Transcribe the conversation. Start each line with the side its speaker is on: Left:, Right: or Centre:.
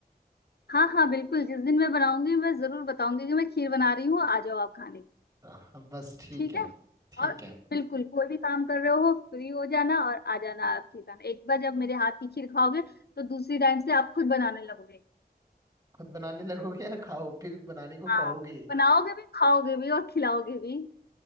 Left: हाँ हाँ बिल्कुल जिस दिन मैं बनाऊंगी मैं जरूर बताऊंगी कि मैं खीर बना रही हूँ आ जाओ आप खाने
Right: तो हम बस ठीक
Left: ठीक
Right: है
Left: है
Right: ठीक
Left: और
Right: है
Left: बिल्कुल कोई भी काम कर रहे हो फ्री हो जाना और आ जाना आप खीर खाने एक बार जब मेरे हाथ की खीर खाओगे तो दूसरी टाइम से आप खुद बनाने लगोगे
Right: खुद बनाने लगोगे या खाओ फिर बनाने को
Left: हाँ
Right: कहोगे
Left: बनाओगे भी खाओगे भी और खिलाओगे भी